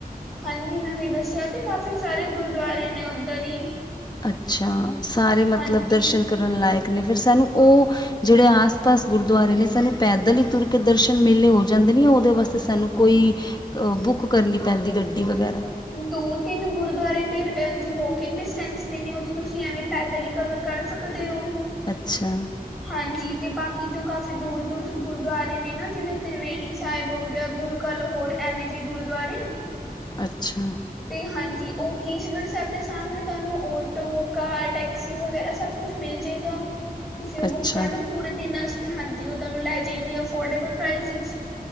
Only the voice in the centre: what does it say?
ਹਾਂਜੀ ਮੈਂ ਉਹੀ ਦੱਸਿਆ ਤੇ ਕਾਫ਼ੀ ਸਾਰੇ ਗੁਰਦੁਆਰੇ ਨੇ ਉੱਧਰ ਹੀ।
ਹਾਂਜੀ
ਦੋ ਤਿੰਨ ਗੁਰਦੁਆਰੇ ਤੇ ਅ ਜੀ ਵੋਕਿੰਗ ਡਿਸਟੈਂਸ ਤੇ ਨੇ ਉਹ ਚ ਤੁਸੀਂ ਐਵੇਂ ਪੈਦਲੀ ਕਵਰ ਕਰ ਸਕਦੇ ਹੋ।
ਹਾਂਜੀ ਤੇ ਬਾਕੀ ਜੋ ਕਾਫ਼ੀ ਦੂਰ ਦੂਰ ਗੁਰਦੁਆਰੇ ਨੇ ਨਾ ਜਿਵੇਂ ਤ੍ਰਿਵੇਣੀ ਸਾਹਿਬ ਹੋ ਗਿਆ ਗੁਰ ਕੱਲ ਹੋਰ ਐਵੇਂ ਜੇ ਗੁਰੂਦੁਆਰੇ
ਤੇ ਹਾਂਜੀ ਉਹ ਕੇਸ਼ਗੜ੍ਹ ਸਾਹਿਬ ਦੇ ਸਾਹਮਣੇ ਤੁਹਾਨੂੰ ਆਟੋ ਕਾਰ ਟੈਕਸੀ ਵਗੈਰਾ ਸਭ ਕੁਛ ਮਿਲ ਜੇਗਾ। ਤੁਸੀਂ ਉਹ
ਬੁੱਕ ਕਰ ਲਓ ਪੂਰੇ ਦਿਨ ਵਾਸਤੇ ਹਾਂਜੀ ਉਹ ਤੁਹਾਨੂੰ ਲੈ ਜਾਏਗੀ ਅਫੋਰਡੇਬਲ ਪ੍ਰਸ ਵਿੱਚ।